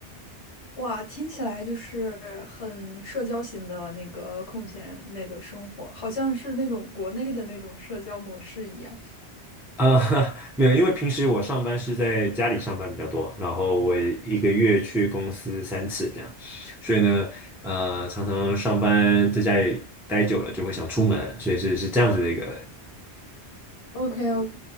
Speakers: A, on the left; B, in the centre.
A: 哇，听起来就是很社交型的那个空闲那个生活，好像是那种国内的那种社交模式一样。
B: 呃，<laughs> 没有，因为平时我上班是在家里上班比较多，然后我一个月去公司三次这样，所以呢，呃，常常上班在家里待久了就会想出门，所以是是这样子的一个，
A: o k o k